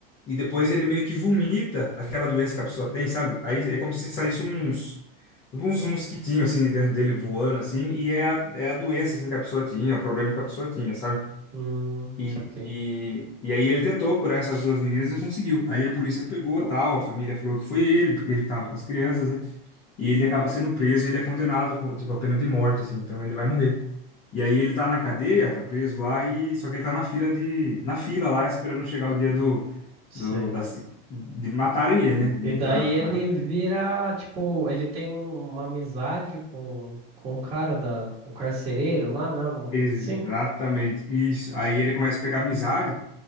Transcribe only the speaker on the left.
e depois ele meio que vomita aquela doença que a pessoa tem, sabe? Aí é como se saísse uns tipo uns mosquitinhos assim de dentro dele voando assim e é a, é a doença assim que a pessoa tinha, o problema que a pessoa tinha, sabe?
E,
e, e aí ele tentou curar essas duas meninas e conseguiu. Aí a polícia pegou, tal, a família falou que foi ele, porque ele estava com as crianças, né? E ele acaba sendo preso, ele é condenado com, tipo, a pena de morte, assim, então ele vai morrer. E aí ele tá na cadeia, tá preso lá, e só que ele tá na fila de, na fila lá, esperando chegar o dia do,
do da, de matarem ele, né? De
ir pra,
pra...
Exatamente,
isso. Aí ele começa a pegar amizade,